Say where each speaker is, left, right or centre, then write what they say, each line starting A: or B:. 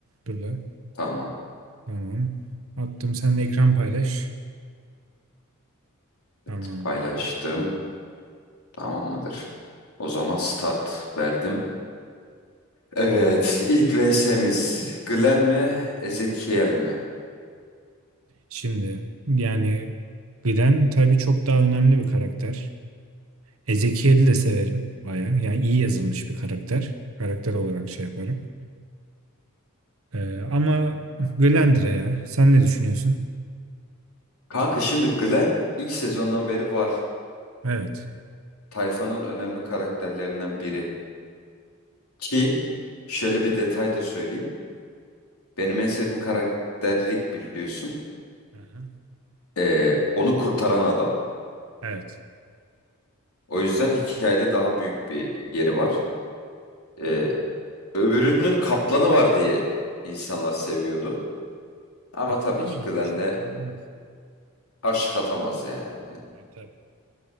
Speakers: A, on the right (about 70°); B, on the left (about 85°).
A: Dur la.
B: Tamam.
A: Tamam. Attım sen de ekran paylaş. Tamam.
B: Evet, paylaştım. Tamam mıdır? O zaman start verdim. Evet, ilk VS'miz Glenn mi, Ezekiel mi?
A: Şimdi yani Glenn tabii çok daha önemli bir karakter. Ezekiel'i de severim baya. Yani iyi yazılmış bir karakter. Karakter olarak şey yaparım. Ee, ama Glendra'ya ya. Sen ne düşünüyorsun?
B: Kanka şimdi Glenn ilk sezondan beri var.
A: Evet.
B: Tayfanın önemli karakterlerinden biri. Ki şöyle bir detay da söyleyeyim. Benim en sevdiğim karakter Rick biliyorsun.
A: Aha.
B: Ee, onu kurtaran adam.
A: Evet.
B: O yüzden hikayede daha büyük bir yeri var. Ee, öbürünün kaplanı var diye insanlar seviyordu. Ama
A: Yok.
B: tabii
A: iyi
B: ki Glenn'le
A: olmuş. Yalan Yok.
B: aşk atamaz yani.
A: Evet, tabii.